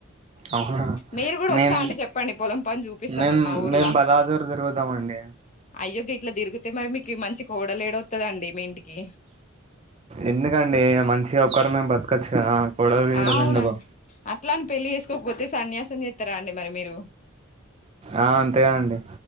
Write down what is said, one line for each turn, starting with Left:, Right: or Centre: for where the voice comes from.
Right: అవునా
Left: మీరు కూడా
Right: మేం
Left: వస్తా అంటే చెప్పండి పొలం పని చూపిస్తామరి
Right: మేం
Left: మా ఊర్లా
Right: మేం బలాదూర్ తిరుగుతామండి
Left: అయోగ్య ఇట్లా దీర్ఘ మంచి కోడలే ఏడతుదండి మీ ఇంటికి
Right: ఎందుకండి మంచి ఒకరు మేము బతకచ్చు కోడలు మీద
Left: అవునా
Right: ఎందుకు
Left: అట్లా అని పెళ్లి చేసుకోకపోతే సన్యాసం చేస్తారా అండి మరి మీరు
Right: ఆ అంతేగా అండి